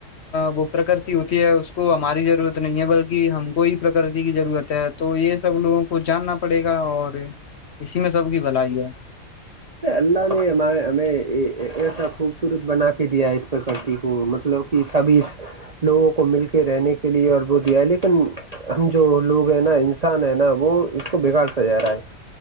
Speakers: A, on the left; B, on the right.
A: وہ پرکرتی ہوتی ہے اس کو ہماری ضرورت نہیں ہے بلکہ ہم کو ہی پرکرتی کی ضرورت ہے تو یہ سب لوگوں کو جاننا پڑے گا اور اسی میں سب کی بھلائی ہے
B: اللہ نے ہمارے ہمیں ایسا خوبصورت بنا کے دیا ہے اس پرکرتی کو مطلب کہ سبھی لوگوں کو مل کے رہنے کے لیے اور وہ دیا ہے لیکن ہم جو لوگ ہیں نا انسان ہے نا وہ اس کو بگاڑتا جا رہا ہے